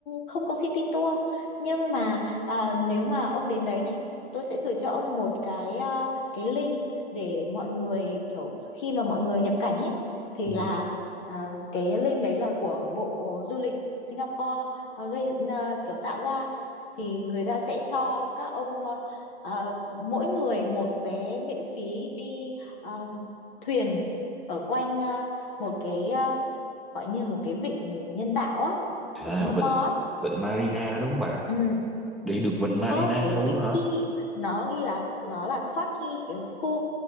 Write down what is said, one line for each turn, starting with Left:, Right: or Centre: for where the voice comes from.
Left: không có city tour nhưng mà ờ, nếu mà ông đến đấy này tôi sẽ gửi cho ông một cái ờ, cái link để mọi người kiểu khi mà mọi người nhập cảnh ấy thì
Centre: ừ.
Left: là ờ, cái link đấy là của bộ du lịch Singapore ờ, gây ờ, kiểu tạo ra thì người ta sẽ cho các ông ờ, ờ, mỗi người một vé miễn phí đi ờ, thuyền ở quanh ờ, một cái ờ, gọi như một cái vịnh nhân tạo á
Centre: À,
Left: của Singapore
Centre: vịnh
Left: á.
Centre: vịnh Marina đúng không bà?
Left: Ừ.
Centre: Đi được vịnh
Left: Không,
Centre: Marina
Left: cái
Centre: luôn
Left: cái
Centre: hả?
Left: Key nó ghi là nó là Clarke Quay, cái khu